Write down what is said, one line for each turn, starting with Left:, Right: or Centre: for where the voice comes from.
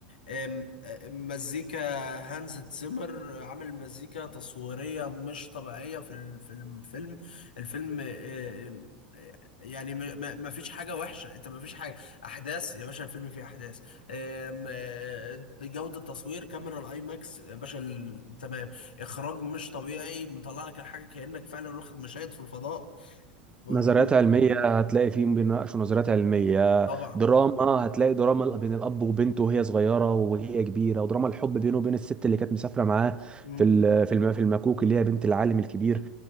Left: أم- مزيكا هانز تزيمر عامل مزيكا تصويرية مش طبيعية في ال- في الفيلم الفيلم أم، يعني ما ما- ما فيش حاجة وحشة انت ما فيش حاجة احداث يا باشا الفيلم فيه احداث أم، أه، جودة تصوير كاميرا الاي ماكس يا باشا ال- تمام اخراج مش طبيعي مطلع لك الحاجة كأنك فعلا واخد مشاهد في الفضاء موجود
Right: نظريات علميه هتلاقي فيهم بيناقشوا نظريات علميه
Left: طبعا
Right: دراما هتلاقي دراما بين الاب وبنته وهي صغيره وهي كبيره ودراما الحب بينه وبين الست اللي كانت مسافره معاه
Left: مم.
Right: في ال- في الم- في المكوك اللي هي بنت العالم الكبير